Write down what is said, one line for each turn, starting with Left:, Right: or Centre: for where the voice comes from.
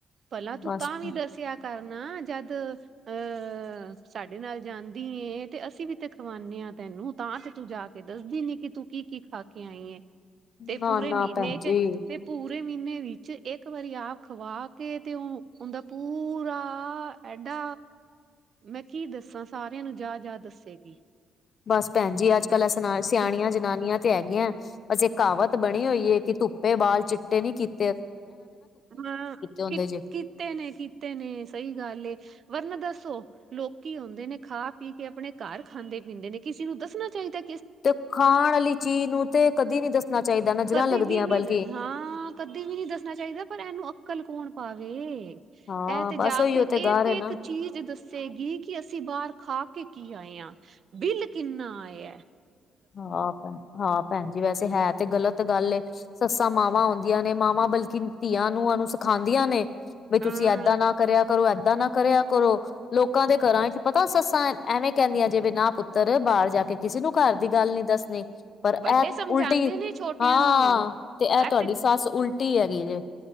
Right: ਭਲਾ ਤੂੰ
Left: ਬਸ
Right: ਤਾਂ ਵੀ ਦੱਸਿਆ ਕਰ ਨਾ ਜਦ ਅਹ ਸਾਡੇ ਨਾਲ ਜਾਂਦੀ ਏ, ਤੇ ਅਸੀ ਵੀ ਤੇ ਖਵਾਉਨਦੇ ਹਾਂ ਤੈਨੂੰ। ਤਾਂ ਤੇ ਤੂੰ ਜਾ ਕੇ ਦੱਸਦੀ ਨੀ ਕਿ ਤੂੰ ਕੀ ਕੀ ਖਾ ਕੇ ਆਈ ਹਫਤੇ ਤੇ
Left: ਨਾ
Right: ਪੂਰੇ
Left: ਨਾ
Right: ਮਹੀਨੇ
Left: ਭੈਣ
Right: ਚ
Left: ਜੀ
Right: ਤੇ ਪੂਰੇ ਮਹੀਨੇ ਵਿੱਚ ਇੱਕ ਵਾਰੀ ਆਪ ਖਵਾ ਕੇ ਤੇ ਉਹ ਉਹਦਾ ਪੂਰਾ ਐਡਾ ਮੈਂ ਕੀ ਦੱਸਾਂ ਸਾਰਿਆਂ ਨੂੰ ਜਾ ਜਾ ਦੱਸੇਗੀ।
Left: ਬਸ ਭੈਣ ਜੀ ਅੱਜ-ਕੱਲ
Right: ਬਸ
Left: ਅਸ ਣਾ ਸਿਆਣੀਆਂ ਜਨਾਨੀਆਂ ਤੇ ਹੈਗੀਆਂ ਅਸੀ ਇਕ ਕਹਾਵਤ ਬਣੀ ਹੋਈ ਏ ਕਿ ਧੁੱਪੇ ਬਾਲ ਚਿੱਟੇ ਨੀ ਕੀਤ
Right: ਹੁਣ
Left: ਹੁੰਦੇ
Right: ਕਿ
Left: ਜੇ
Right: ਕੀਤੇ ਨੇ ਕੀਤੇ ਨੇ ਸਈ ਗੱਲ ਏ ਵਰਨਾ ਦਸ ਦੱਸੋ ਲੋਕੀ ਹੁੰਦੇ ਨੇ ਖਾ ਪੀ ਕੇ ਆਪਣੇ ਘਰ ਖਾਂਦੇ-ਪੀਂਦੇ ਨੇ ਕਿਸੀ ਨੂੰ ਦੱਸਣਾ ਚਾਈਦਾ
Left: ਤੇ ਖਾਣ ਵਾਲੀ ਚੀਜ਼ ਨੂੰ ਤੇ ਕਦੀ ਨੀ ਦੱਸਣਾ ਚਾਈਦਾ ਨਜ਼ਰਾਂ
Right: ਕਦੇ
Left: ਲੱਗਦੀਆਂ
Right: ਵੀ ਨੀ
Left: ਬਲ
Right: ਹਾਂ ਕਦੇ ਵੀ ਨੀ ਦੱਸਣਾ ਚਾਈਦਾ। ਪਰ ਏਹਨੂੰ ਅੰਕਲ ਕੌਣ ਪਾਵੇ
Left: ਹਾਂ
Right: ਇਹ ਤੇ
Left: ਬਸ
Right: ਜਾ
Left: ਉਹੀਓ
Right: ਕੇ
Left: ਤੇ ਗਾਰ
Right: ਇੱਕ-ਇੱਕ
Left: ਹੈ ਨਾ
Right: ਚੀਜ਼ ਦੱਸ ਸੇ ਗੀ ਕਿ ਅਸੀਂ ਬਾਰ ਖਾ ਕੇ ਕੀ ਆਏ ਆਂ, ਬਿੱਲ ਕਿੰਨਾ ਆਇਐ।
Left: ਹਾਂ ਭੈਣ, ਹਾਂ ਭੈਣ ਜੀ ਵੈਸੇ ਹੈ ਤੇ ਗ਼ਲਤ ਗੱਲ ਏ। ਸੱਸਾਂ ਮਾਵਾਂ ਹੁੰਦੀਆਂ ਨੇ ਮਾਵਾਂ ਬਲਕਿ ਧੀਆਂ ਨੂੰਆ ਨੂੰ ਸਿਖਾਂਦੀਆਂ ਨੇ ਬਈ ਤੁਸੀ
Right: ਹਾਂ,
Left: ਐਦਾਂ ਨਾ ਕਰਿਆ ਕਰੋ, ਐਦਾਂ ਨਾ ਕਰਿਆ ਕਰੋ। ਲੋਕਾਂ ਦੇ ਘਰਾਂ ਇੱਚ ਪਤਾ ਸੱਸਾਂ ਐਵੇਂ ਕੈਂਦੀਐਂ ਜੇਵੇ ਨਾ ਪੁੱਤਰ ਬਾਰ ਜਾ ਕੇ ਕਿਸੇ ਨੂੰ ਘਾਰ ਦੀ ਗੱਲ ਨੀ ਦੱਸਣੀ। ਪਰ
Right: ਵੱਡੇ
Left: ਐ
Right: ਸਮਝਾਉਂਦੇ
Left: ਉਲਟੀ
Right: ਨੇ ਛੋਟਿਆਂ
Left: ਹਾਂ
Right: ਨੂੰ
Left: ਤੇ ਐ
Right: ਇੱਥੇ
Left: ਤੁਆਡੀ ਸੱਸ ਉਲਟੀ ਹੈਗੀ ਜੇ।